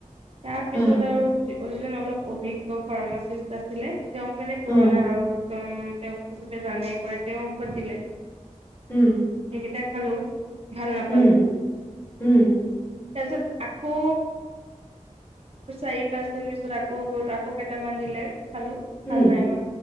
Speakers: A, on the right; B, on the left.
A: তাৰপিছত
B: উম
A: আৰু <unintelligible> জন অলপ অভিজ্ঞ ফাৰ্মাচিষ্ট আছিলে তেওঁক মানে
B: উম
A: পুৰণা আৰু একদম তেওঁক চবে জানে কৰে তেওঁ ঔষধ দিলে। সকেইটা
B: উম
A: খালো। ভাল নাপালো
B: উম, উম
A: তাৰপিছত আকৌ চাৰি পাঁচদিন পিছত আকৌ গলো আকৌ কেইটামান দিলে খালো
B: উম
A: ভাল নাই হোৱা